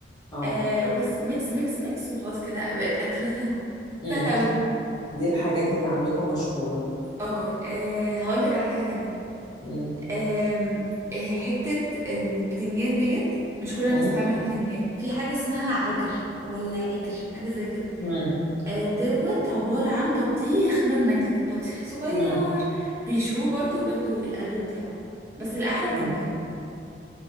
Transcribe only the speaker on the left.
اه
امم
دي الحاجات اللي عندكم مشهورة
امم.
مم؟
مم.
مم.
مم.